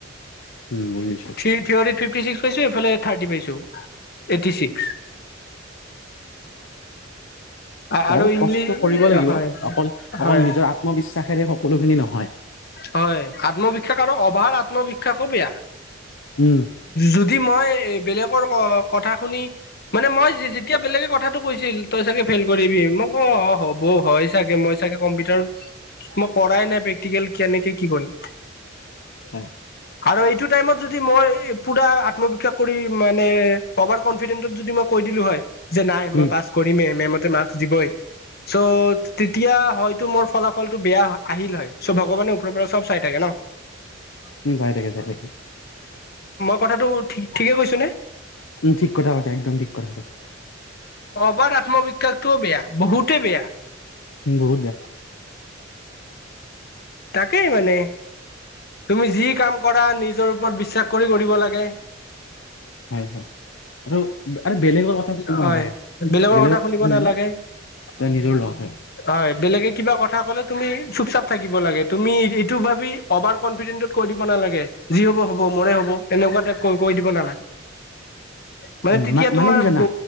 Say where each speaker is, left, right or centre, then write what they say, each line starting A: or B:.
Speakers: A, on the left; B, on the left.
A: উম বুজিছো
B: থি থিয়ৰিত ফিফটিছিক্স পাইছো এইফালে থাৰ্টি পাইছো এহ - আৰু
A: বাৰু
B: ইংলিছ
A: কষ্ট কৰিব লাগিব
B: হয়
A: অকল
B: হয়
A: অকল নিজৰ আত্মবিশ্বাসেৰে সকলোখিনি নহয়।
B: হয় আত্মবিশ্বাস আৰু অভাৰ আত্মবিশ্বাসো বেয়া।
A: উম
B: যদি মই বেলেগৰ অ - কথা শুনি মানে মই যে যেতিয়া বেলেগে কথাটো কৈছিল তই চাগে ফেইল কৰিবি মই কও হ'ব। অ', হয় চাগে, মই চাগে কম্পিউটাৰত মই কৰাই নাই প্ৰ টিকেল কেনেকে কি কৰিম।
A: হয়।
B: আৰু এইটো টাইমত যদি মই পূৰা আত্মবিকাশ কৰি মানে অভাৰ কনফিডেণ্টত যদি মই কৈ দিলোঁ হয়। যে নাই
A: উম
B: মই পাছ কৰিমেই এম এম ত। মাৰ্ক্স দিবই, চ' তেতিয়া হয়তো মোৰ ফলাফলটো বেয়া আহিল হয়। চ ভগৱানে ওপৰৰ পৰা চব চাই থাকে ন।
A: উম যাই থাকে চাই থাকে।
B: কথাাটো ঠিক ঠিকেই কৈছোঁ নে?
A: উম ঠিক কথা কৈছা, একদম ঠিক কথা কৈছা।
B: অভাৰ আত্মবিস্বাটোও বেয়া, বহুতেই বেয়া।
A: বহুত বেয়া।
B: তাকেই মানে। তুমি যি কাম কৰা নিজৰ ওপৰত বিশ্বাস কৰি কৰিব লাগে।
A: হয় হয়। আৰু, আৰু বেলেগৰ কথা শিকিব
B: হয়
A: নালাগে বেলেগৰ
B: কথা শুনিব
A: শুনিলে
B: নালাগে
A: তাৰ নিজৰ লগ হয়
B: হয় বেলেগে কিবা কথা কলে তুমি চুপ চাপ থাকিব লাগে, তুমি এইটো ভাবি কনফিডেন্ত কৈ দিব নালাগে, যি হ'ব হ'ব মোৰে হ'ব এনেকুৱা কৈ দিব নালাগে। মানে
A: উম,
B: তেতিয়া
A: মানে
B: তোমাৰ
A: কি জানা?
B: ব